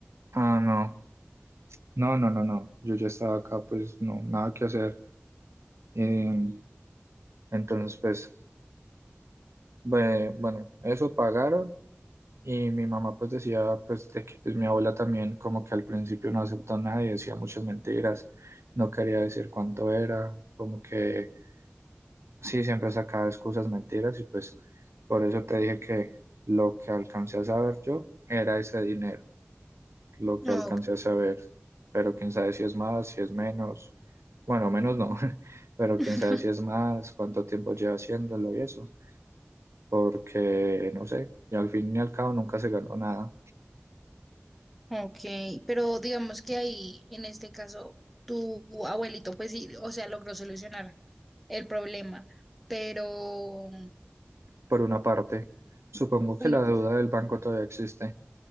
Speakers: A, on the right; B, in the centre.
A: Ah, no. No, no, no, no. Yo ya estaba acá, pues no, nada que hacer. Y, entonces, pues, bue- bueno, eso pagaron. Y mi mamá, pues, decía, pues, de que pues, mi abuela también, como que al principio no aceptó nada y decía muchas mentiras. No quería decir cuánto era. Como que, sí, siempre sacaba excusas, mentiras. Y pues, por eso te dije que lo que alcancé a saber yo era ese dinero. lo que
B: Ah,
A: alcancé
B: Ok,
A: a saber, pero quién sabe si es más, si es menos, bueno, menos no, <laughs> pero
B: <laughs>
A: quién sabe si es más, cuánto tiempo lleva haciéndolo y eso, porque no sé, y al fin y al cabo nunca se ganó nada,
B: ok, pero digamos que ahí, en este caso, tu abuelito, pues sí, o sea, logró solucionar el problema, pero...
A: por una parte. Supongo que
B: Una
A: la deuda
B: persona.
A: del banco todavía existe,